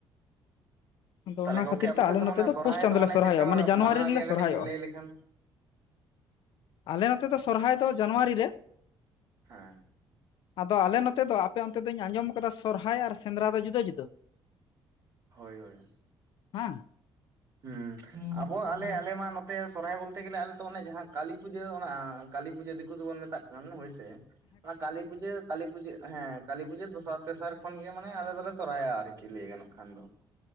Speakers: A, on the left; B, on the right.
A: ᱟᱫᱚ
B: ᱛᱟᱦᱚᱞᱮ
A: ᱚᱱᱟ
B: ᱜᱚᱝᱠᱮ
A: ᱠᱷᱟᱹᱛᱤᱨ
B: ᱟᱯᱮ
A: ᱛᱮ
B: ᱥᱮᱫ
A: ᱟᱞᱮ ᱱᱚᱛᱮ
B: ᱢᱟᱱᱮ
A: ᱫᱚ
B: ᱥᱚᱨᱦᱟᱭ
A: ᱯᱩᱥ ᱪᱟᱸᱫᱳ
B: ᱢᱟᱱᱮ
A: ᱞᱮ ᱥᱚᱨᱦᱟᱭᱚᱜᱼᱟ,
B: ᱪᱮᱫ ᱞᱮᱠᱟ ᱯᱮ
A: ᱢᱟᱱᱮ ᱡᱟᱱᱩᱣᱟᱨᱤ
B: ᱢᱟᱱᱟᱣ
A: ᱨᱮᱞᱮ
B: ᱜᱮᱭᱟ ᱠᱟᱹᱴᱤᱡ
A: ᱥᱚᱨᱦᱟᱭᱚᱜᱼᱟ᱾
B: ᱵᱤᱱ ᱞᱟᱹᱭ ᱞᱮᱠᱷᱟᱱ?
A: ᱟᱞᱮ ᱱᱚᱛᱮ ᱫᱚ ᱥᱚᱨᱦᱟᱭ ᱫᱚ ᱡᱟᱱᱩᱣᱟᱨᱤ ᱨᱮ᱾
B: <inaudible>
A: ᱟᱫᱚ ᱟᱞᱮ ᱱᱚᱛᱮ ᱫᱚ ᱟᱯᱮ ᱚᱱᱛᱮ ᱫᱚᱧ ᱟᱸᱡᱚᱢ ᱟᱠᱟᱫᱟ ᱥᱚᱨᱦᱟᱭ ᱟᱨ ᱥᱮᱸᱫᱽᱨᱟ ᱫᱚ ᱡᱩᱫᱟᱹ ᱡᱩᱫᱟᱹ᱾
B: ᱦᱳᱭ ᱦᱳᱭ
A: ᱦᱮᱸ
B: ᱦᱮᱸ ᱟᱵᱚ ᱟᱞᱮ ᱟᱞᱮ ᱢᱟ ᱱᱚᱛᱮ ᱥᱚᱨᱚᱦᱦᱟᱭ ᱵᱚᱞᱛᱮ ᱜᱮᱞᱮ ᱟᱞᱮ ᱫᱚ ᱚᱱᱮ ᱡᱟᱦᱟᱸ ᱠᱟᱞᱤ ᱯᱩᱡᱟᱹ ᱚᱱᱟ ᱠᱟᱹᱞᱤ ᱯᱩᱡᱟᱹ ᱫᱤᱠᱩ ᱫᱚᱵᱚᱱ ᱢᱮᱛᱟᱜ ᱠᱟᱱᱟ ᱦᱳᱭᱥᱮ ᱚᱱᱟ ᱠᱟᱹᱞᱤ ᱯᱩᱡᱟᱹ ᱠᱟᱹᱞᱤ ᱯᱩᱡᱟᱹ ᱦᱮᱸ, ᱠᱟᱹᱞᱤ ᱯᱩᱡᱟᱹ ᱫᱚᱥᱟᱨ ᱛᱮᱥᱟᱨ ᱠᱷᱚᱱ ᱜᱮ ᱢᱟᱱᱮ ᱟᱞᱮ ᱫᱚᱞᱮ ᱥᱚᱨᱟᱭᱟᱜᱼᱟ ᱟᱨᱠᱤ ᱞᱟᱹᱭ ᱜᱟᱱᱚᱜ ᱠᱷᱟᱱ ᱫᱚ᱾